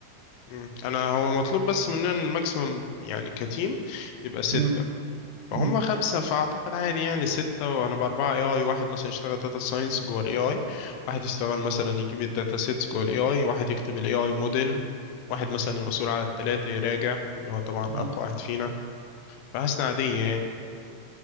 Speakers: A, on the left; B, on the right.
A: مم. انا هو مطلوب بس مننا الماكسيمم يعني كتيم يبقى ستة
B: مم.
A: فهم
B: مم.
A: خمسة فأعتقد عادي يعني ستة وهنبقى أربعة اي اي واحد مثلا يشتغل داتا ساينس جوه الاي اي واحد يشتغل مثلا يجيب الداتا سيتس جوه الاي اي واحد يكتب الاي اي موديل واحد مثلا يبقى مسؤول على التلاتة يراجع اللي هو طبعا
B: آه.
A: أقوى واحد فينا فحاسس إنها عادية يعني